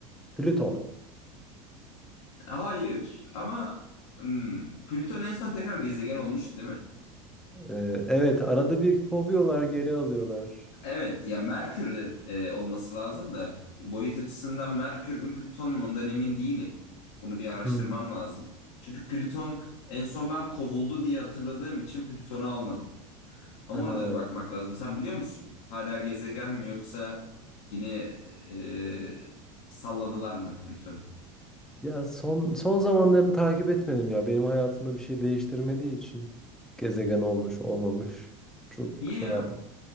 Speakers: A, in the centre; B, on the left.
A: Plüton.
B: Hayır ama hmm, Plüton en son tekrar gezegen olmuştu değil mi?
A: Ee, evet arada bir kovuyorlar geri alıyorlar.
B: Evet ya Merkür'de e, olması lazım da boyut açısından Merkür mü Plüton mu ondan emin değilim. Bunu bir araştırmam
A: Hmm.
B: lazım. Çünkü Plüton en son ben kovuldu diye hatırladığım için Plüton'u almadım. Ama
A: Ha.
B: ona da bir bakmak lazım. Sen biliyor musun? Hala gezegen mi yoksa yine e, salladılar mı Plüton'u?
A: Ya son son zamanlarını takip etmedim ya. Benim hayatımda bir şey değiştirmediği için gezegen olmuş olmamış çok
B: Niye
A: şey
B: ya?
A: yapma.